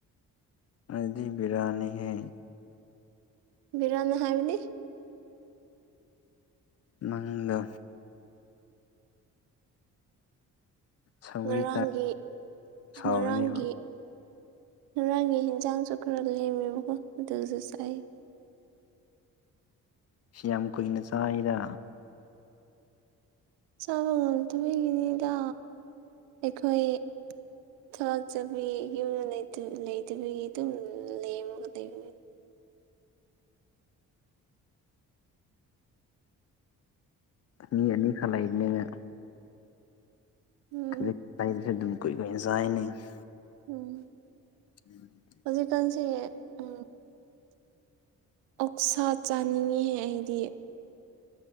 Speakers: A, on the left; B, on the right.
A: ꯑꯗꯤ ꯕꯤꯔꯅꯤ ꯍꯦ
B: ꯕꯤꯔꯅꯦ ꯍꯥꯏꯕꯗꯤ
A: ꯅꯪꯒ ꯁꯧꯒ꯭ꯔꯤ
B: ꯉꯔꯥꯡꯒꯤ
A: ꯆꯥ ꯁꯥꯎꯔꯅꯦꯕ
B: ꯉꯔꯥꯡꯒꯤ ꯉꯔꯥꯡꯒꯤ ꯌꯦꯟꯖꯥꯡꯁꯨ ꯈꯔ ꯂꯦꯝꯃꯦꯕꯀꯣ ꯑꯗꯨꯁꯨ ꯆꯥꯏ
A: ꯁꯤ ꯌꯥꯝ ꯀꯨꯏꯅ ꯆꯥꯏꯗ
B: ꯆꯥꯕ ꯉꯝꯗꯕꯒꯤꯅꯤꯗ ꯑꯩꯈꯣꯏ ꯊꯔꯥꯛꯆꯕꯤꯒꯤ ꯌꯨꯝꯗ ꯂꯩꯇꯕꯤꯒꯤ ꯑꯗꯨꯝ ꯂꯦꯝꯃꯒ ꯂꯩꯕꯅꯤ
A: ꯃꯤ ꯑꯅꯤꯈꯛ ꯂꯩꯕꯅꯤꯅ
B: ꯎꯝ
A: ꯈꯖꯤꯛ ꯄꯥꯏꯗꯁꯨ ꯑꯗꯨꯝ ꯀꯨꯏꯀꯨꯏꯅ <unintelligible>
B: ꯎꯝ
A: ꯎꯝ
B: ꯍꯧꯖꯤꯛꯀꯥꯟꯁꯦ ꯎ ꯑꯣꯛꯁꯥ ꯆꯥꯅꯤꯡꯉꯤꯍꯦ ꯑꯩꯗꯤ